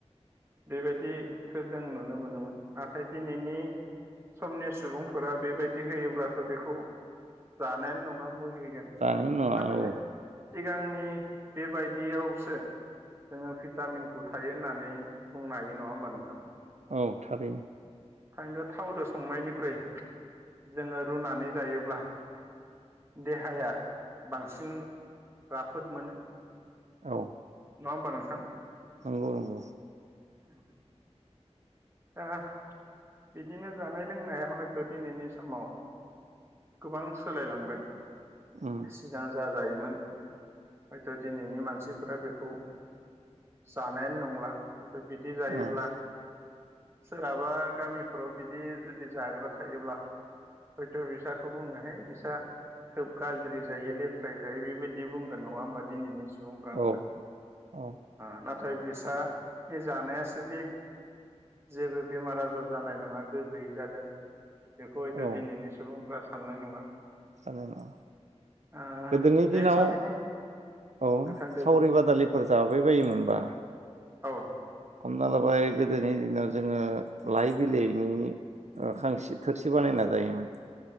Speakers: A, on the right; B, on the right.
A: बेबायदिखो जों नुनो मोनोमोन नाथाय दिनैनि समनि सुबुंफोरा बेबायदि होयोब्लाथ' बेखौ जानायानो नंङा मुगैगोन।
B: जानायानो नोंआ
A: नाथाय
B: औ।
A: सिगांनि बेबायदियावसो जोंङो भिटामिनखौ थायो होननानै बुंनो हायो नंङा होमबा नोंथां?
B: औ थारैनो
A: ओंखायनो थावजों संनायनिख्रुइ जोंङो रुनानै जायोब्ला देहाया बांसिन राफोद मोनो।
B: औ
A: नंङा होमबा नोंथां?
B: नंगौ नंगौ
A: <unintelligible> ओ बिदिनो जानाय लोंनाया हयथ' दिनैनि समाव गोबां सोलायलांबाय।
B: ओम
A: सिगां जा जायोमोन हयथ' दिनैनि मानसिफोरा बेखौ जानायानो नंला हयथ' बिदि जायोब्ला
B: उम
A: सोरहाबा गामिफोराव बिदि जुदि जाग्रा थायोब्ला हयथ' बिसाखौ बुंङो है बिसा खोब गाज्रि जायो लेथ्रायै जायो बेबायदि बुंगोन नंङा होमबा दिनैनि स <inaudible>
B: औ औ
A: आ नाथाय बिसा जानायासोदि जेबो बेमार आजार जानाय नङा गोग्गोयै जादों बेखौ हयथ'
B: औ
A: दिनैनि सुबुं फोरा साननाय नङा।
B: जानाय नङा
A: ओ
B: गोदोनि
A: बे
B: दिनाव
A: हिसाबैनो
B: औ
A: नोंथां दे
B: सावरि
A: बुं
B: बादालि फोर जाबाय बायोमोनबा।
A: औ
B: हमना लाबाय गोदोनि दिनाव जोंङो लाइ बिलाइनि ओ खांसि थोरसि बानायना जायोमोन